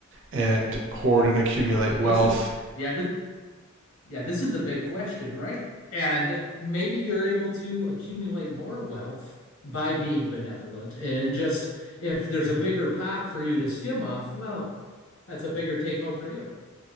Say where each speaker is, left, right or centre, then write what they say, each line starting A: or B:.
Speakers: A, on the right; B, on the left.
A: and hoard and accumulate
B: Oh, this
A: wealth
B: is yeah, Yeah, this is the big question, right? And maybe you're able to accumulate more wealth by being benevolent. And just if there's a bigger pot for you to skim off, well, that's a bigger take home for you.